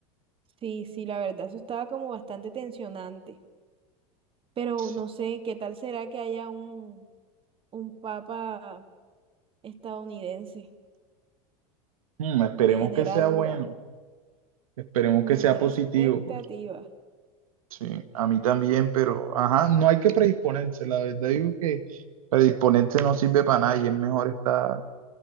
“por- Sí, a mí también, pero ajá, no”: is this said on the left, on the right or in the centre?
Right